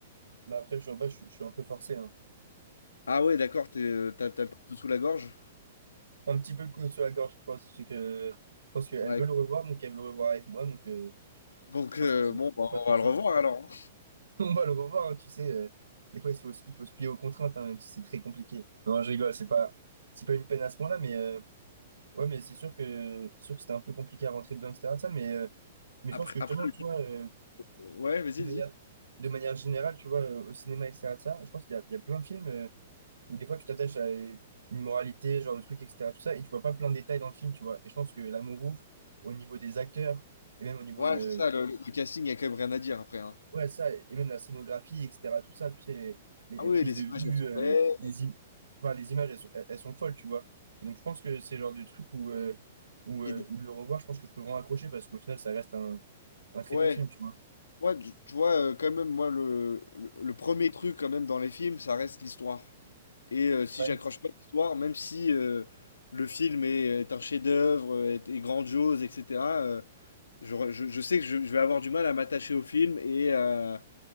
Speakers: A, on the right; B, on the left.
A: Mais après, je, pas, je, je suis un peu forcé, hein.
B: Ah ouais, d'accord, t'es, euh, t'as, t'as le couteau sous la gorge.
A: Un petit peu le couteau sur la gorge, je crois. C'est que je pense qu'elle
B: Ouais,
A: veut le revoir, donc elle veut le revoir avec moi, donc euh,
B: donc,
A: je pense
B: euh,
A: que c'est
B: bon, bah,
A: c'est pas
B: on
A: trop
B: va
A: le
B: le
A: choix.
B: revoir alors. hein.
A: <laughs> On va le revoir, hein, tu sais. euh, des fois, il faut, il faut se plier aux contraintes, hein, même si c'est très compliqué. Non, je rigole, c'est pas, c'est pas une peine à ce point-là, mais euh, ouais, mais c'est sûr que, sûr que c'était un peu compliqué à rentrer dedans, etc. de ça, mais, euh, mais
B: Après,
A: je pense que
B: après
A: justement, tu vois, euh,
B: le... Ouais, vas-y,
A: de manière,
B: dis.
A: de manière générale, tu vois, euh, au cinéma, etc. de ça, je pense qu'il y a, il y a plein de films euh, où des fois tu t'attaches à une moralité, ce genre de truc, etc. Tout ça, et tu vois pas plein de détails dans le film, tu vois. Et je pense que L'amour ouf, au niveau des acteurs, et même au niveau
B: Ouais,
A: de,
B: c'est ça, le, le casting, il y a quand même rien à dire après. hein.
A: Ouais, ça, et même la scénographie, etc., tout ça, tu sais, les, les-
B: Ah
A: les
B: oui,
A: prises
B: les
A: de vue,
B: images, elles sont
A: euh,
B: belles.
A: les, im- enfin, les images, elles sont, elles- elles sont folles, tu vois. Et donc, je pense que c'est le genre de truc où, euh, où, euh,
B: Il y a des-
A: où le revoir, je pense que je peux vraiment accrocher parce qu'au final, ça reste un, un très
B: Ouais,
A: bon film, tu vois.
B: moi, tu, tu vois, euh, quand même, moi, le, le, le premier truc, quand même, dans les films, ça reste l'histoire. Et euh, si
A: Ouais.
B: j'accroche pas à l'histoire, même si euh, le film est, est un chef-d'œuvre, est, est grandiose, etc. Je, je- je sais que je, je vais avoir du mal à m'attacher au film et, euh,